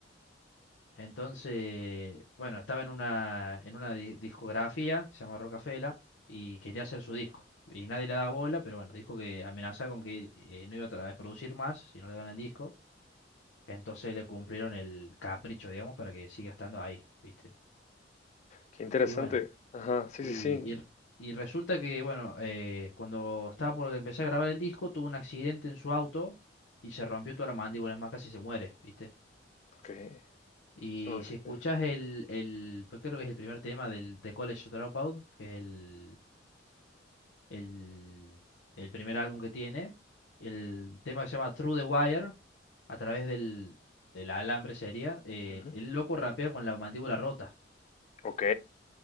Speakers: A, on the left; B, on the left.
A: Entonces, bueno, estaba en una, en una di- discografía que se llama Rocafela y quería hacer su disco. Y nadie le daba bola, pero bueno, dijo que amenazaba con que eh, no iba a tra- a producir más si no le daban el disco. Entonces le cumplieron el capricho, digamos, para que siga estando ahí, ¿viste?
B: Qué interesante.
A: Y bueno,
B: Ajá, sí,
A: Y,
B: sí, sí.
A: y r- y resulta que, bueno, eh, cuando estaba por empezar a grabar el disco, tuvo un accidente en su auto y se rompió toda la mandíbula, es más, casi se muere, ¿viste?
B: Ok,
A: Y
B: eso no lo
A: si
B: sabía.
A: escuchás el, el, pues creo que es el primer tema del The College Dropout, que es el, el, el primer álbum que tiene, el tema que se llama Through the Wire, a través del, del alambre sería, eh,
B: Ujú.
A: el loco rapea con la mandíbula rota.
B: Ok,